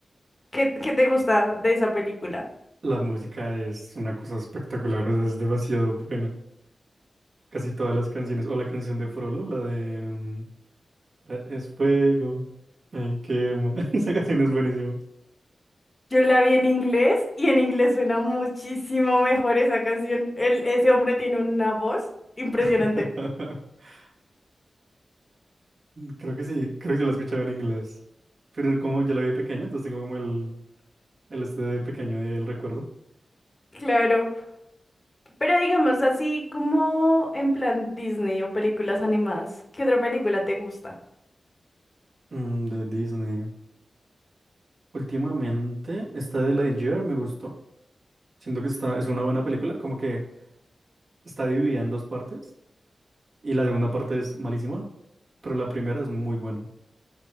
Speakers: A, on the left; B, on the right.
A: ¿Qué, qué te gusta de esa película?
B: La música es una cosa espectacular, o sea, es demasiado buena. Casi todas las canciones, o la canción de Frollo, la de... mm, Eh, Es fuego, me quema. <laughs> Esa canción es buenísima.
A: Yo la vi en inglés y en inglés suena muchísimo mejor esa canción. El, ese hombre tiene una voz impresionante.
B: <laughs> Creo que sí, creo que sí la escuchaba en inglés. Pero como ya la vi de pequeño, entonces tengo como el, el este de pequeño del recuerdo.
A: Claro. Pero digamos así como en plan Disney o películas animadas. ¿Qué otra película te gusta?
B: Mm, de Disney. Últimamente, esta de Lightyear me gustó. Siento que está, es una buena película, como que está dividida en dos partes. Y la segunda parte es malísima, pero la primera es muy buena.